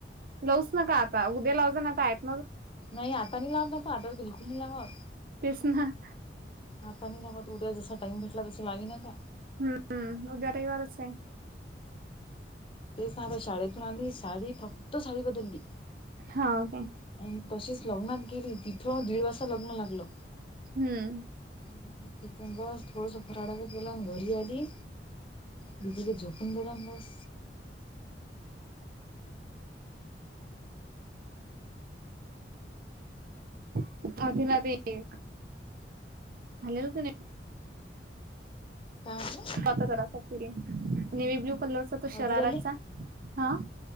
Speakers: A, on the right (about 55°); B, on the left (about 30°).
A: लावूच नका आता, उद्या लाव जाणा <unintelligible>
B: नाही आता नाही लावतं आता तर बिलकुल नाही लावत.
A: तेस ना.
B: आता नाही घावत, उद्या जसा टाइम भेटला तस लावीन आता.
A: हम्म उद्या रविवारच आहे.
B: तेच ना आता शाळेतून आली साडी फक्त साडी बदलली.
A: हा ओके.
B: आणि तशीच लग्नात गेली, तिथं दीड वाजता लग्न लागलं.
A: हम्म.
B: आणि तिथून बस थोडसं फराडचं केलं आणि घरी आली. दीदीला झोपून दिला ना बास.
A: <unintelligible> झालेलं होत नाय
B: का म्हटला?
A: आता जरासा पिले. नेव्ही ब्लू कलरचा तो शराराचा
B: आधी राहिले?
A: हा